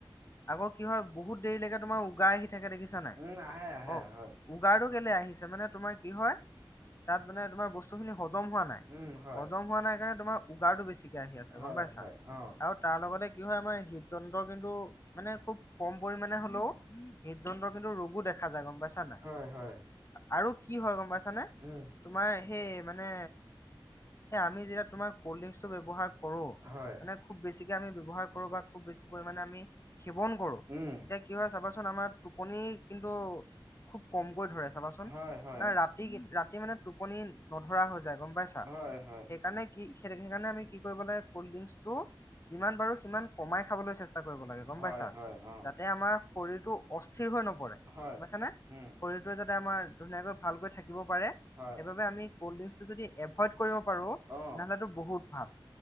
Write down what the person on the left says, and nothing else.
আকৌ কি হয় বহুত দেৰিলৈকে তোমাৰ উগাই আহি থাকে দেখিছা নাই
অ
উগাৰটো কেলে আহিছে মানে তোমাৰ কি হয় তাত মানে তোমাৰ বস্তুখিনি হজম হোৱা নাই।
হজম হোৱা নাই কাৰণে তোমাৰ উগাৰটো বেছিকে আহি আছে
গম পাইছা
আৰু তাৰ লগতে কি হয় আমাৰ হৃদ যন্ত্ৰৰ কিন্তু মানে খুব কম পৰিমাণে হ'লেও হৃদযন্ত্ৰৰ কিন্তু ৰোগো দেখা যায় গম পাইছা নাই
আৰু কি হয় গম পাইছানে
তোমাৰ সেই মানে এ আমি যেতিয়া তুমাৰ কল্ড ড্ৰিংকচ টো ব্যৱহাৰ কৰো
মানে খুব বেছিকৈ আমি ব্যৱহাৰ কৰোঁ বা খুব বেছি পৰিমাণে আমি সেৱন কৰোঁ
এতিয়া কি হয় চাবাচোন আমাৰ টোপনি কিন্তু খুব কমকৈ ধৰে চোন
এ ৰাতি কি ৰাতি মানে টোপনি নধৰা হৈ যায় গম পাইছা
সেইকাৰণে কি সেটেখিনি কাৰণে আমি কি কৰিব লাগে ক'ল্ড ড্ৰিংকচ টো যিমান পাৰোঁ সিমান কমাই খাবলৈ চেষ্টা- চেষ্টা কৰিব লাগে গম
পাইছা
যাতে আমাৰ শৰীৰটো অস্থিৰ হৈ নপৰে গম
পাইছানে
শৰীৰটো যাতে আমাৰ ধুনীয়াকৈ ভালকৈ থাকিব পাৰে,
সেইবাবে আমি কল্ড ড্ৰিংকচটো যদি এভইড কৰিব পাৰো
তেনেহ'লেটো বহুত ভাল।